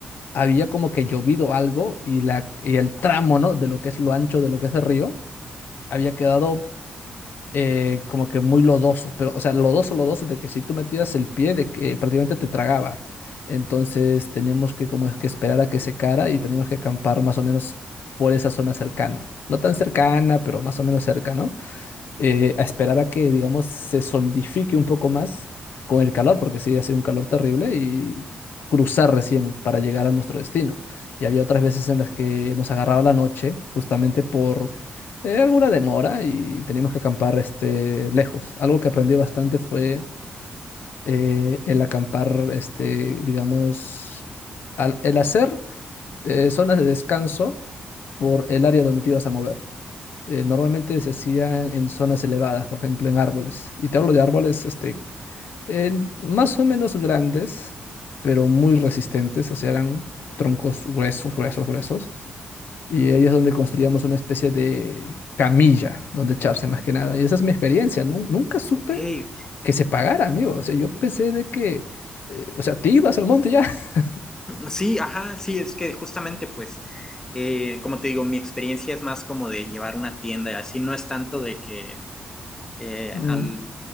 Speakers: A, on the left; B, on the left.
A: había como que llovido algo y, la, y el tramo, ¿no? De lo que es lo ancho de lo que es el río, había quedado eh, como que muy lodoso, pero, o sea, lodoso, lodoso, de que si tú metías el pie, de que prácticamente te tragaba. Entonces teníamos que como es que esperar a que secara y teníamos que acampar más o menos por esa zona cercana. No tan cercana, pero más o menos cerca, ¿no? eh, a esperar a que, digamos, se solidifique un poco más con el calor, porque sí, hacía un calor terrible y cruzar recién para llegar a nuestro destino. Y había otras veces en las que nos agarraba la noche, justamente por eh, alguna demora y teníamos que acampar este, lejos. Algo que aprendí bastante fue eh, el acampar, este, digamos, al- el hacer eh, zonas de descanso por el área donde te ibas a mover eh, normalmente se hacían en zonas elevadas, por ejemplo, en árboles. Y te hablo de árboles, este, eh, más o menos grandes, pero muy resistentes, o sea, eran troncos gruesos, gruesos, gruesos. Y ahí es donde construíamos una especie de camilla donde echarse más que nada. Y esa es mi experiencia. nun- nunca supe
B: ok. <clears throat>
A: que se pagara, amigo. O sea, yo pensé de que, eh, o sea, te ibas al monte ya. <laughs>
B: Sí, ajá, sí, es que justamente pues, eh, como te digo, mi experiencia es más como de llevar una tienda y así, no es tanto de que eh,
A: Mm,
B: al,